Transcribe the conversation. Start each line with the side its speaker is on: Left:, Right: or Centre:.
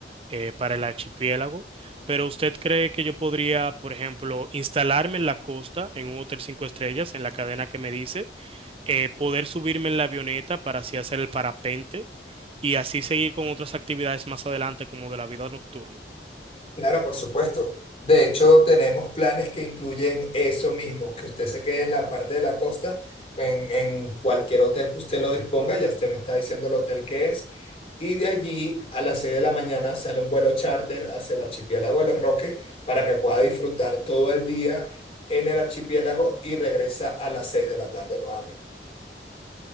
Right: eh, para el archipiélago, pero usted cree que yo podría, por ejemplo, instalarme en la costa, en un hotel cinco estrellas, en la cadena que me dice, eh, poder subirme en la avioneta para así hacer el parapente? y así seguir con otras actividades más adelante como de la vida nocturna.
Left: Claro, por supuesto. De hecho, tenemos planes que incluyen eso mismo, que usted se quede en la parte de la costa, en, en cualquier hotel que usted lo disponga, ya usted me está diciendo el hotel que es, y de allí a las 6 de la mañana sale un vuelo charter hacia el archipiélago de Los Roques para que pueda disfrutar todo el día en el archipiélago y regresa a las 6 de la tarde nuevamente.